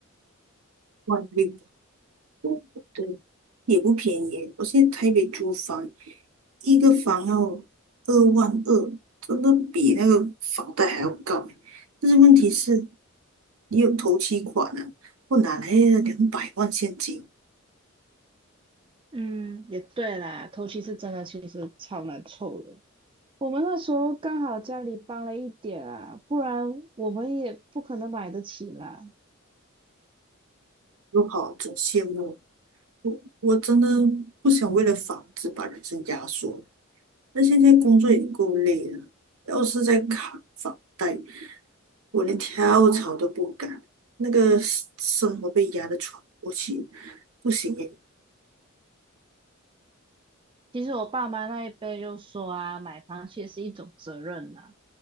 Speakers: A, on the right (about 75°); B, on the right (about 25°).
A: 万六多，对，也不便宜。我现在台北租房，一个房要二万二，真的比那个房贷还要高欸。但是问题是，你有头期款啊，我哪来的两百万现金？
B: 嗯，也对啦，头期是真的，其实超难凑的。我们那时候刚好家里帮了一点啊，不然我们也不可能买得起啦。
A: 我好，真羡慕。我真的不想为了房子把人生压缩。那现在工作也够累了，要是再扛房贷，我连跳槽都不敢，那个生生活被压得喘不过气，不行诶，
B: 其实我爸妈那一辈就说啊，买房其实是一种责任呐、